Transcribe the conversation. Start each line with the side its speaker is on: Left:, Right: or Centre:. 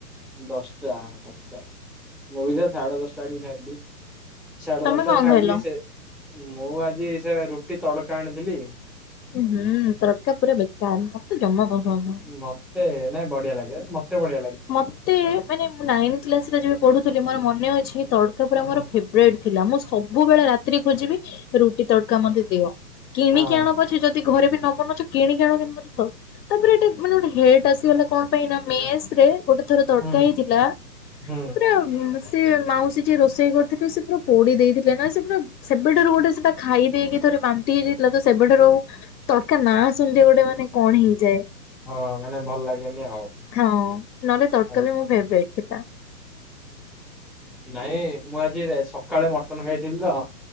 Centre: ଦଶଟା ଆଛା ମୁବିସେ ସାଢେ ଦଶଟା ଏଇଠି ଖାଇିଲି ସାଢେ
Left: ତମେ
Centre: ଦଶଟାରେ
Left: କଣ
Centre: ଖାଇଲି
Left: ଖାଇଲ?
Centre: ସେମୁ ଆଜିସେ ରୁଟି ତଡ଼କା ଆଣିଥିଲି।
Left: ଉଁ ହୁଁ ତଡ଼କା ପୁରା ବେକାର ମତେ ଜମା ପସନ୍ଦ ନୁହଁ।
Centre: ମ ମତେ ନାଇଁ ବଢି ଲଗେ ମତେ ବଢି
Left: ମତେ ମାନେ ମୁନାଇନ୍ଥ କ୍ଲାସରେ ଯେବେ ପଢ଼ୁଥିଲି ମୋର ମନେ ଅଛି ତଡ଼କା ପୁରା
Centre: ଓହୋ।
Left: ମୋର ଫେବରାଇଟ୍ ଥିଲା ମୁଁ ସବୁବେଳେ ରାତିି ଖୋଜିବି ରୁଟି ତଡକା ମତେ ଦିଅ କିଣିକି
Centre: ହଁ
Left: ଆଣ ପ ଯଦି ଘରେ ବି ନ ବନଉଛ କିଣିକି ଆଣ <unintelligible> ତ ତାପରେ ଏ ମାନେ ଗୋଟେ ହେଟ ଆସିଗଲା କଣ ପାଇଁ ନା ମେସ ରେ ଗୋଟେ ଥର ତଡକା
Centre: ହୁଁ
Left: ହେଇଥିଲା
Centre: ହୁଁ।
Left: ପୁରା ସେ ମାଉସୀ ଯିଏ ରୋଷେଇ କରୁଥିଲେ ସେ ପୁରା ପୋଡି ଦେଇଥିଲେ ନା ସେ ପୁରା ସେବେଠାରୁ ଗୋଟେ ସେଟା ଖାଇ ଦେଇକି ଥରେ ବାନ୍ତି ହେଇଯାଇଥିଲା ତ ସେବେଠାରୁ ତଡକା ନାଁ ଶୁଣିଲେ ଗୋଟେ ମାନେ କଣ ହେଇଯାଏ।
Centre: ହଁ ମାନେ ଭଲ ଲାଗେନି ଆଉ।
Left: ହଁ ନହେଲେ ତଡ଼କା
Centre: ଆ-
Left: ବି ମୋ ଫେବରାଇଟ୍ ଥିଲା।
Centre: ନାଇଁ ମୁଁ ଆଜି ରେ ସକାଳେ ମଟନ ଖାଇଥିଲି ତ।